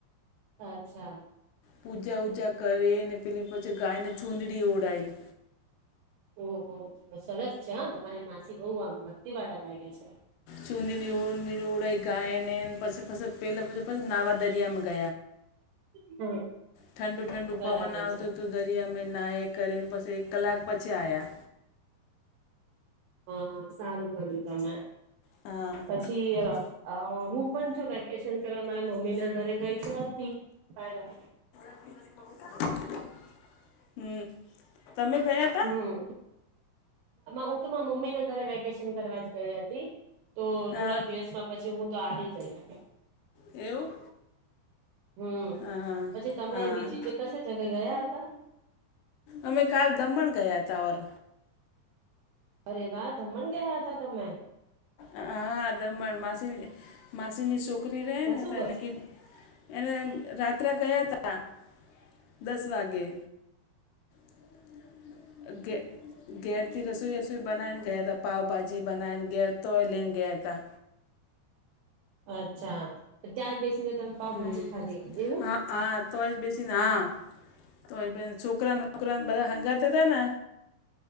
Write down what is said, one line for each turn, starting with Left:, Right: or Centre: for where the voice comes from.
Right: અચ્છા.
Left: પૂજા ઉજા કરીે ને પેલી પછી ગાયને ચુદડી ઓડાય.
Right: ઓહ સરસ છે હ તમારી માસી બહુ આમ ભક્તિ વાળા લાગે છે.
Left: ચુંંદીની ઉ ઉડાઈ ગાય ને પછી પછી પેલા પછી પછી નાવા દરિયા માં ગ.
Right: હમ્મ,
Left: ઠંડુ ઠંડુ
Right: બરાબર
Left: પવન આવતું
Right: છે.
Left: હતું. દરીયા મે ના એ કરીને પછી એક કલાક પછી આવ્યા
Right: હા હા સારું કર્યું તમે
Left: હા
Right: પછી તે અ હું પણ છું વેકેશન કરવા મારા મમ્મી ના ઘરે ગઈ તો હતી. હરા.
Left: <inaudible> હમ તમે ગયા. તા?
Right: હમ હું તો મમ્મી ઘરે વેકે કરવા ગઈ હતી તો
Left: હા
Right: થોડા દિવસમાં પછી હું તો આવી જઈ હતી.
Left: એવું.
Right: હમ
Left: હા
Right: પછી તમે
Left: હા
Right: બીજી કશે જગ્યા ગયા હતા.
Left: અમે કાલ દમણ ગયા હતા ઓર.
Right: અરે વા દમણ ગયા હતા તમે.
Left: હા દમણ માસીની માસીની છોકરી રહે
Right: ત્યાં
Left: ને
Right: શું
Left: તો
Right: કર
Left: એને ક. એને રાત્રે ગયા તા દસ વાગે <inaudible> ઘે ઘેરથી રસોઈ વસોઈ બનાન ગયા ત પાવભાજી બનાઈ ઘેર. તોય લીન ગયાતા.
Right: અચ્છા ત્યાં જ બેસીને તમે પાાવભાજી
Left: હમ
Right: ખાધી એવું.
Left: હા હા તોય જ બેસીને હા તોય બે છોકરાને છોકરાને બધા હંગા હતા ને.